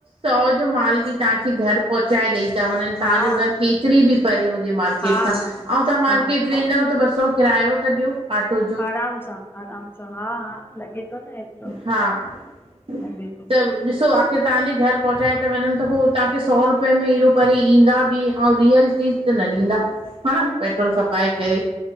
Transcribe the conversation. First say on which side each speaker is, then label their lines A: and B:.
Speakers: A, on the right; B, on the left.
A: सौ जो माल बि तहांखे घर पहुंचाए ॾई था वञन, तव्हांजो
B: हा
A: घर केतरी बि परे हुजे मार् मार्केट
B: हा हा
A: खां, अऊं तहां मार्केट
B: हा
A: वेंदव त ॿ सौ किरायो त ॾयो ऑटो जो।
B: आराम सां आराम सां, हा हा लॻे थो न एतिरो
A: हा, त
B: लॻे थो
A: ॾिसो आ त, तहांजे घर पहुंचाएता वञन, त हो तहांखे सौ रुपए में एॾो परे ईंदा बि अऊं रियल चीज़ त न ॾींदा, हा न पैट्रोल खपाए करे।